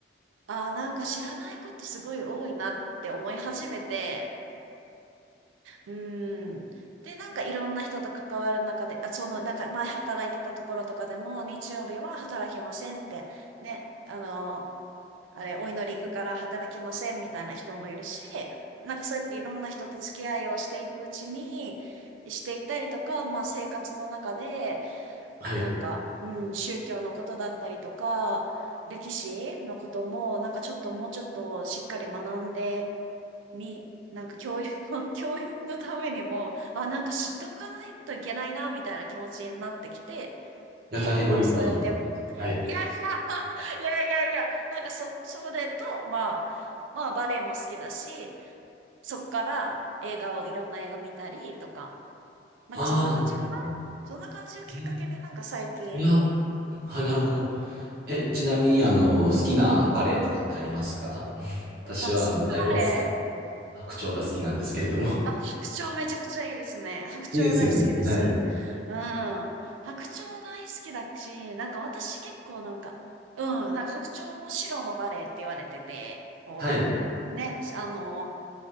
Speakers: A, on the right (about 80°); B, on the right (about 50°).
A: ああ、なんか知らないことすごい多いなって思い始めて、うーん。で、なんかいろんな人と関わる中で、あ、その、なんか前働いてたところとかでも、日曜日は働きませんって、ね、あの、あれ、お祈り行くから働きませんみたいな人もいるし、なんかそうやっていろんな人と付き合いをしていくうちに、していったりとか、まあ生活の中で、
B: はい。
A: なんか、うん、宗教のことだったりとか、歴史のことも、なんかちょっともうちょっとしっかり学んで、に、なんか教養の、<laughs> 教養のためにも、あ、なんか知っとかないといけないな、みたいな気持ちになってきて、
B: や、
A: で、
B: 大変ご立派だと思います。
A: まあそうやって、<laughs>
B: はい。
A: いや、<laughs> いやいやいや、なんかそ、それと、まあ、まあバレエも好きだし、そっから映画を、いろんな映画見たりとか、なんかそんな感じかなそんな感じをきっかけで、
B: ああなるほど。えー
A: なんか最近、
B: いや、はい、なるほど。え、ちなみに、あの、好きなバレエとかってありますか私は、
A: あ、好きなバレエ
B: あの、太鼓好き、白鳥が好きなんですけれども。
A: あ、
B: <laughs>
A: 白鳥めちゃくちゃいいですね。白鳥大好きです。
B: いいですよね。はい。
A: うん。白鳥大好きだし、なんか私結構なんか、うん、なんか白鳥も白のバレエって言われてて、こ
B: はい。
A: う、ね、あの、